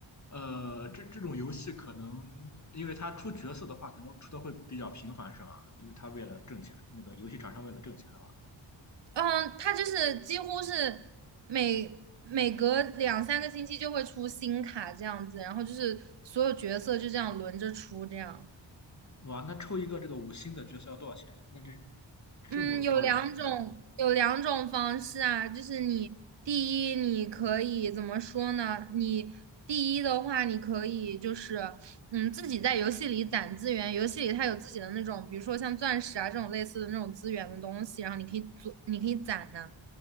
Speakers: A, on the left; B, on the right.
A: 呃，这这种游戏可能，因为它出角色的话，可能出的会比较频繁，是吧？因为它为了挣钱，那个游戏厂商为了挣钱。的话。
B: 嗯，它就是几乎是每每隔两三个星期就会出新卡这样子，然后就是所有角色就这样轮着出这样。
A: 哇，那抽一个这个五星的角色要多少钱？那这这么高的频率，
B: 嗯，有两种，有两种方式啊，就是你第一，你可以怎么说呢？你第一的话，你可以就是，嗯，自己在游戏里攒资源，游戏里它有自己的那种，比如说像钻石啊这种类似的那种资源的东西，然后你可以做，你可以攒呢、